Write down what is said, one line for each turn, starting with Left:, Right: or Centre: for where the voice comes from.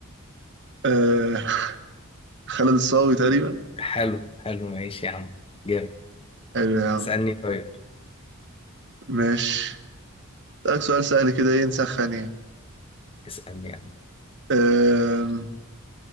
Right: آه خالد الصاوي تقريبا
Left: حلو حلو ماشي يا عم جامد
Right: حلو يا عم
Left: اسألني طيب
Right: ماشي أسألك سؤال سهل كده ايه نسخن يعني
Left: اسألني يا عم
Right: آم،